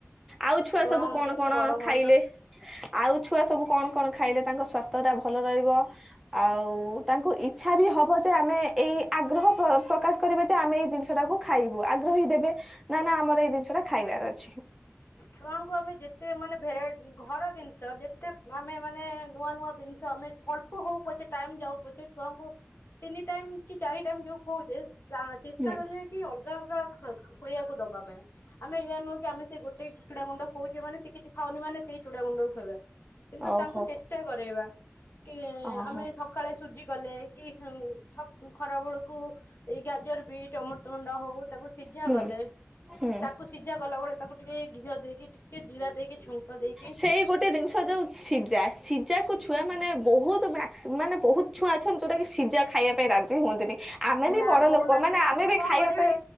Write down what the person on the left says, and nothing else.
ହୁଅନ୍ତୁ
କି
ବଡ ହୁଅନ୍ତୁ
ଛୁଆଙ୍କୁ ଆମେ ଯେତେ ମାନେ ଭେରାଇ ଘର ଜିନିଷ ଛୁଆଙ୍କୁ ଆମେ ଯେତେ ମାନେ ଭେରାଇଟ ଘର ଜିନିଷ ଯେତେ ମାନେ ମାନେ ନୂଆ ନୂଆ ଜିନିଷ ଆମେ ଅଳ୍ପ ହଉ ପଛେ ଟାଇମ ଯାଉ ପଛେ ଛୁଆଙ୍କୁ ତିନି ଟାଇମ କି ଚାରି ଟାଇମ୍ ଯୋ ଖୁଆଉଛେ ଚେଷ୍ଟା
କରିବେ କି ଅଲଗା ଅଲଗା ଖୋଇବାକୁ ଦବା ପାଇଁ ଆମେ ଏଇଆ ନୁହେଁ କି ଆମେ ସେ ଗୋଟେ ସେଇ ଚୁଡା ଗୁଣ୍ଡ ଖୁଅଉଛ ମାନେ ସେ କିଛି ଖାଉନି ମାନେ ସେଇ ଚୁଡା ଗୁଣ୍ଡକୁ ଖୁଆଇବା। କିନ୍ତୁ
ତାଙ୍କୁ ଚେଷ୍ଟା କରେଇବା। କି
ଆମେ ସକାଳେ ସୁଜି କଲେ କି ଖରାବେଳକୁ ଏଇ ଗାଜର ବିଟ ଅମ୍ରୁତ ଭଣ୍ଡା ହଉ ତାକୁ ସିଝା
କଲେ
ତାକୁ ସିଝା କଲା ବଳେ <unintelligible> ଘିଅ ଦେଇକି ଟିକେ ଜିରା ଦେଇକି ଛୁଙ୍କ ଦେଇକି
ନା
ହଉନାହାନ୍ତି
ତାଙ୍କୁ
କଣ
କରିବେ